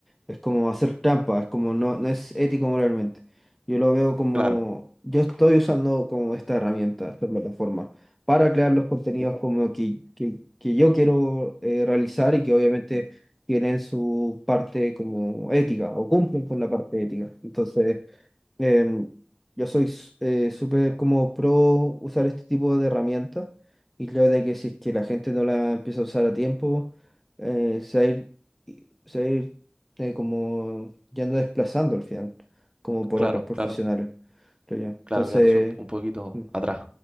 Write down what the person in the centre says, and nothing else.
es como hacer trampa, es como no, no es ético moralmente. Yo lo veo como,
yo estoy usando como esta herramienta, esta plataforma, para crear los contenidos como que, que, que yo quiero eh, realizar y que obviamente tienen su parte como ética o cumplen con la parte ética. Entonces, em, yo soy s- eh, súper como pro usar este tipo de herramientas y creo de que si es que la gente no la empieza a usar a tiempo, eh, se va a ir, y- se va a ir eh, como yendo desplazando al final, como por
otros profesionales,
creo yo. Entonces,
mm,